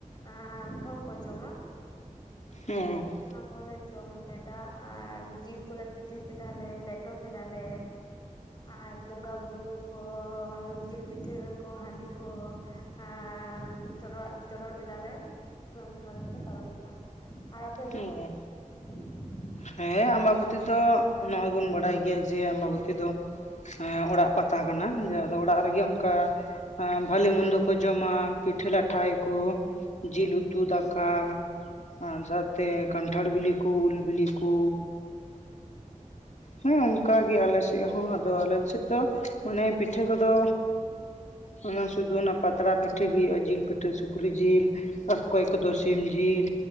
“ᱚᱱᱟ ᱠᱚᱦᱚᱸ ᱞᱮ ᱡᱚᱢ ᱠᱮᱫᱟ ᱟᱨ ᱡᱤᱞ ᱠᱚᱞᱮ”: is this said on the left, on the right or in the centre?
Left